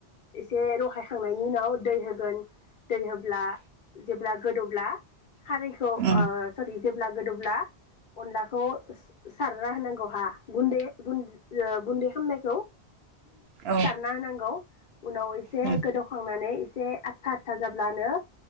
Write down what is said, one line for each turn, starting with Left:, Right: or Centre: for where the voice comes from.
Left: एसे रहाय खांनायनि उनाव दै होगोन दै होब्ला जेब्ला गोदौब्ला खारैखौ ओ
Right: उम
Left: सरि जेब्ला गोदौब्ला अनलाखौ सारना होनांगौ हा गुन्दै गुन गुन्दै खामनायखौ
Right: औ
Left: सारना होनांगौ उनाव इसे
Right: उम
Left: संनानै एसे आथशथा आथा जाब्लानो